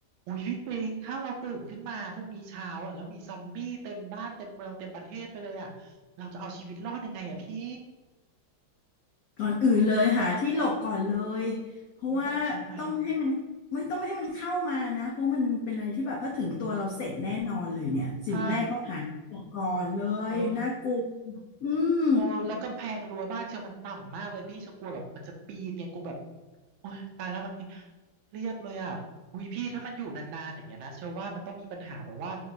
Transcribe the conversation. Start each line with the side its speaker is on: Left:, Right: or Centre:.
Right: อุ้ยพี่ปิงถ้าเราตื่นขึ้นมาพรุ่งนี้เช้าอะแล้วมีซอมบี้เต็มบ้านเต็มเมืองเต็มประเทศไปเลยอะเราจะเอาชีวิตรอดยังไงอ่ะพี่
Left: ก่อนอื่นเลยหาที่หลบก่อนเลยเพราะว่าต้องไม่ให้มันไม่ต้องไม่ให้มันเข้ามานะเพราะมันเป็นอะไรที่แบบถ้าถึงตัวเราเสร็จแน่นอนเลยเนี่ยสิ่งแรกต้องหาที่หลบก่อนเลยน่ากลัว
Right: นี่หลบใช่ไหมใช่เออ
Left: อืม
Right: โอ้แล้วกำแพงรั้วบ้านเชียวมันต่ำมากเลยพี่เชียวกลัวแบบมันจะปีนไงกลัวแบบโอ๊ยตายแล้วอะไรเงยเครียดเลยอ่ะอุ้ยพี่ถ้ามันอยู่นานๆอย่างเงี้ยนะเชื่อว่ามันต้องมีปัญหาแบบว่า